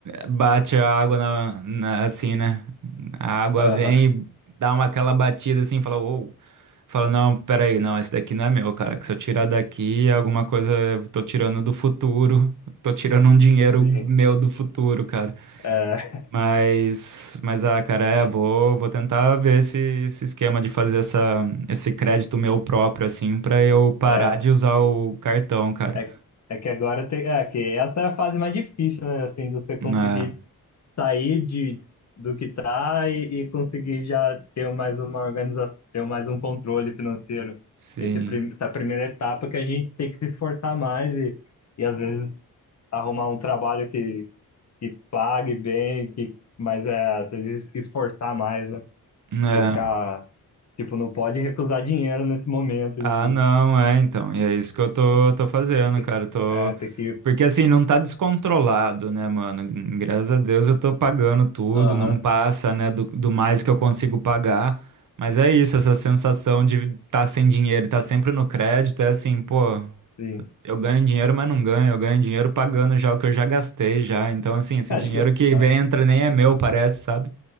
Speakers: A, on the right; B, on the left.
A: bate a água na, na- assim, né? A água
B: Aham,
A: vem e dá uma aquela batida assim, fala, uou. Fala, não, peraí, não, esse daqui não é meu, cara. Que se eu tirar daqui, é alguma coisa eu tô tirando do futuro. Tô tirando um dinheiro
B: sim.
A: meu do futuro, cara.
B: É,
A: Mas, mas ah, cara, é, vou, vou tentar ver esse, esse esquema de fazer essa, esse crédito meu próprio, assim, pra eu parar
B: é,
A: de usar o cartão, cara.
B: é, é que agora tem. É, que essa é a fase mais difícil, né? Assim, de você conseguir
A: É,
B: sair de, do que tá e, e conseguir já ter mais uma organização, ter mais um controle financeiro.
A: sim.
B: Esse, prim- essa primeira etapa que a gente tem que se esforçar mais e, e às vezes arrumar um trabalho que, que pague bem, que, mas é, às vezes esforçar mais, né?
A: É.
B: buscar, tipo, não pode recusar dinheiro nesse momento
A: Ah,
B: em si.
A: não, é, então. E é isso que eu tô, tô fazendo,
B: Tem
A: cara.
B: que,
A: eu Tô...
B: é, tem que,
A: Porque assim, não tá descontrolado, né, mano? Graças a Deus eu tô pagando tudo,
B: aham,
A: não passa, né, do, do mais que eu consigo pagar. Mas é isso, essa sensação de tá sem dinheiro, e tá sempre no crédito, é assim, pô,
B: sim.
A: eu ganho dinheiro, mas não ganho. Eu ganho dinheiro pagando já o que eu já gastei já. Então, assim, esse
B: É, Acho
A: dinheiro
B: que, eu-
A: que
B: ah,
A: vem, entra nem é meu, parece, sabe?